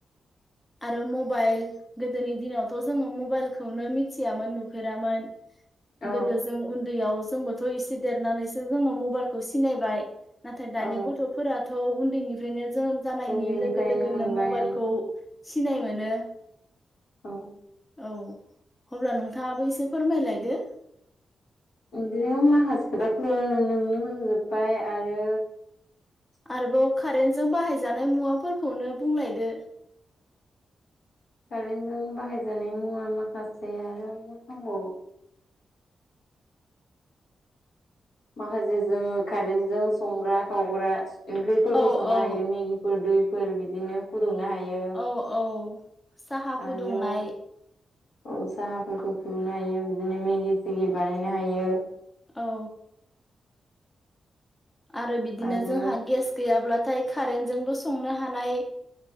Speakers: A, on the left; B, on the left.
A: आरो मबाइल गोदोनि दिनावथ' जोङो मबाइलखौनो मिथियामोन नुफेरामोन गोदो
B: औ
A: जों उन्दैयाव जोंबोथ' एसे देरनानैसो जोङो मबाइलखौ सिनायबाय नाथाय दानि
B: औ
A: गथ'फोराथ' उन्दैनिफ्रायनो जोनोम जानायनि
B: उन्दैनिफ्रायनो
A: लोगो लोगोनो
B: मोनबाय
A: मबाइलखौ
B: आं
A: सिनाय मोनो
B: औ
A: औ अब्ला नोंथाङाबो एसे फोरमायलायदो
B: ओंख्रियाव माखासे खोथाखौ नोंनो होनजोब्बाय आरो
A: आरोबाव कारेन्टजों बाहायजानाय मुवाफोरखौनो बुंलायदो
B: कारेन्टजों बाहायजानाय मुवा माखासे आरो मा दंबावो माखासे जोङो कारेेनजोङो संग्रा खावग्रा ओंख्रिफोरबो
A: औ
B: सङनो
A: औ
B: हायो मेगि फोर दैफोर बिदिनो फुदुंनो हायो
A: औ औ साहा फुदुंनाय
B: आरो औ साहाफोरखौ फुदुंनो हायो बिदिनो मेगि सिगि बानायनो हायो
A: औ आरो बिदिनो
B: आरो
A: जोंहा गेस गैयाब्लाथाय कारेन्टजोंोंबो संनो हानाय